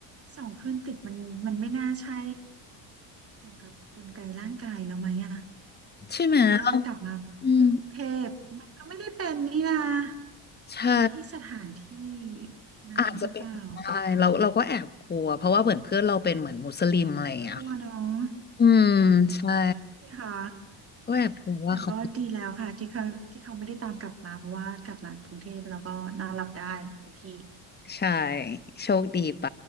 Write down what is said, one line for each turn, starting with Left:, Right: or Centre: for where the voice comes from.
Right: ส่องขึ้นติดมันมันไม่น่าใช่เกี่ยวกับกลไกร่างกายแล้วไหมอะ
Left: ใช่ไหม
Right: เพราะว่ากลับมาที่กรุงเทพมันก็ไม่ได้เป็นนี่นะ
Left: อืมใช่
Right: เป็นที่สถานที่นั้นหรือเปล่า
Left: อาจจะเป็นได้เราเราก็แอบกลัวเพราะว่าเหมือนเพื่อนเราเป็นเหมือนมุสลิมอะไรอย่างเงี้ย
Right: กลัวเน้อง
Left: อืมใช่
Right: ใช่ค่ะ
Left: ก็แบบกือว่าเขา
Right: แต่ก็ดีแล้วค่ะที่เขาที่เขาไม่ได้ตามกลับมาเพราะว่ากลับมากรุงเทพแล้วก็นอนหลับได้โอเค
Left: ใช่โชคดีไป